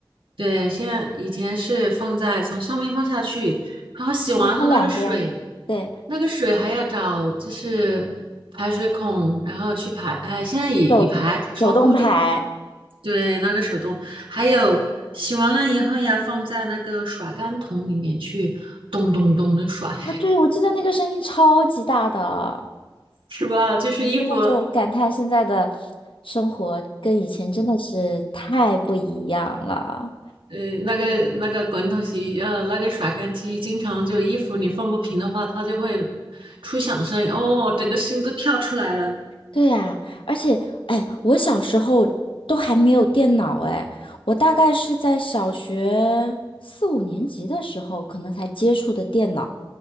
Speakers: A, on the right; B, on the left.
A: 对，现在以前是放在从上面放下去，然后洗完了那个水，
B: 然后分两边，对，
A: 那个水还要找就是排水孔，然后去排。哎，现在以以排是说固定。
B: 手手动排。
A: 对，那个手动，还有洗完了以后要放在那个甩干桶里面去咚咚咚的甩，
B: 啊，对，我记得那个声音超级大的，
A: <laughs> 是吧？就是衣服，
B: 现在就感叹现在的生活跟以前真的是太不一样了。
A: 对，那个那个滚筒洗，呃，那个甩干机，经常就衣服你放不平的话，它就会出响声，哦，整个心都跳出来了。
B: 对呀，而且，哎，我小时候都还没有电脑，哎，我大概是在小学四五年级的时候，可能才接触的电脑。